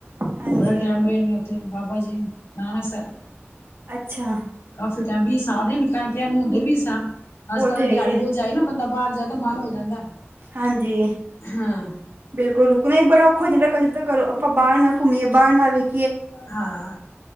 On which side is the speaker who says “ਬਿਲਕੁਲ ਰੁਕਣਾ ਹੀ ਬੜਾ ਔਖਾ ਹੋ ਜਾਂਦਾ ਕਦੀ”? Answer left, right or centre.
Right